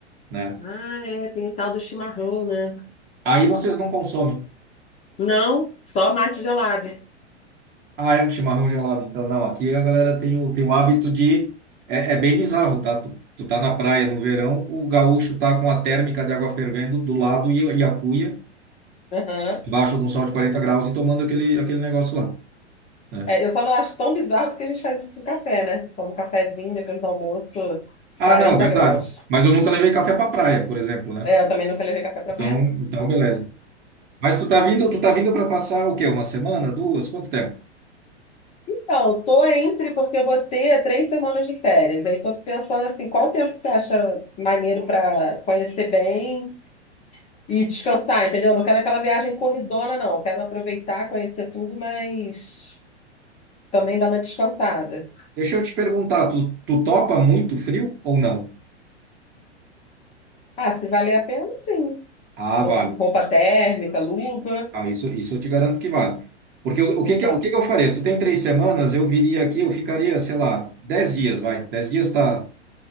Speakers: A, on the right; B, on the left.
A: né?
B: Ah, é, tem o tal do chimarrão, né?
A: Aí vocês não consomem.
B: Não, só mate gelado.
A: Ah, é um chimarrão gelado. Então, não, aqui a galera tem o, tem o hábito de. É, é bem bizarro, tá? Tu, tu tá na praia no verão, o gaúcho tá com a térmica de água fervendo do lado e, e a cuia,
B: Aham.
A: embaixo de um sol de 40 graus e tomando aquele, aquele negócio lá, né?
B: É, eu só não acho tão bizarro porque a gente faz isso com café, né? Toma um cafezinho depois do almoço,
A: Ah,
B: 40
A: não, verdade.
B: graus.
A: Mas eu nunca levei café pra praia, por exemplo, né?
B: É, eu também nunca levei café pra
A: Então, então beleza. Mas tu tá vindo, tu tá vindo para passar o quê? Uma semana, duas? Quanto tempo?
B: Não, tô entre porque eu vou ter três semanas de férias. Aí tô pensando assim, qual o tempo que você acha maneiro para conhecer bem e descansar, entendeu? Não quero aquela viagem corridona, não. Quero aproveitar, conhecer tudo, mas também dar uma descansada.
A: Deixa eu te perguntar, tu, tu topa muito frio ou não?
B: Ah, se valer a pena, sim.
A: Ah,
B: Vou
A: vale.
B: com roupa térmica, luva.
A: Ah, isso, isso eu te garanto que vale. Porque o, o
B: Então,
A: que que, eu- o que que eu faria? Se tu tem três semanas, eu viria aqui, eu ficaria, sei lá, dez dias, vai. Dez dias tá,